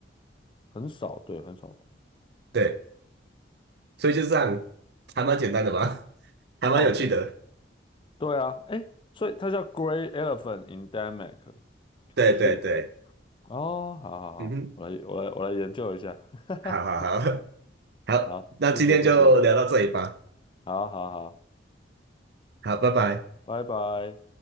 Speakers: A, on the left (about 25°); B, on the right (about 60°).
A: 很少，对，很少吧。
B: 对，所以就这样，还蛮简单的吧，<laughs> 还蛮有趣的。
A: 哦，对啊，哎，所以它叫 Grey Elephant Endemic
B: 对对对，
A: Trick。哦，好好好，
B: 嗯哼，
A: 我来，我来，我来研究一下。
B: 好好好 <laughs>
A: <laughs>
B: 好，
A: 好，
B: 那今天就聊到这里吧。
A: 谢谢，谢谢，好好好，
B: 好，拜拜。
A: 拜拜。